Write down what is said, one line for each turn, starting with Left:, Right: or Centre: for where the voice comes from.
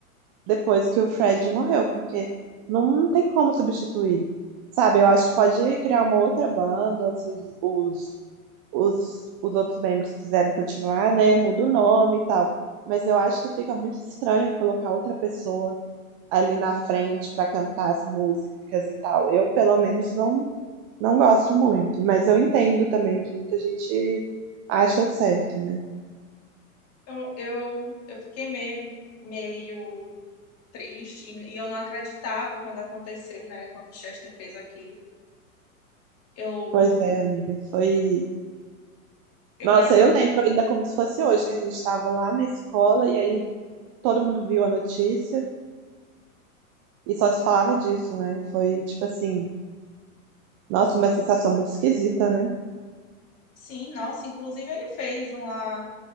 Right: depois que o Fred morreu, porque não tem como substituir. Sabe, eu acho que pode criar uma outra banda, se os, os, os outros membros quiserem continuar, né? Muda o nome e tal. Mas eu acho que fica muito estranho colocar outra pessoa ali na frente para cantar as músicas e tal. Eu, pelo menos, não, não gosto muito, mas eu entendo também que muita gente acha o certo, né?
Left: Eu, eu, eu fiquei meio, meio triste e eu não acreditava quando aconteceu, né? Quando o Chester fez aquilo. Eu,
Right: Pois é, amiga, foi.
Left: eu
Right: Nossa,
Left: lembro,
Right: eu lembro ainda como se fosse hoje, que a gente estava lá na escola e aí todo mundo viu a notícia e só se falava disso, né? Foi tipo assim, nossa, uma sensação muito esquisita, né?
Left: sim, nossa, inclusive ele fez uma,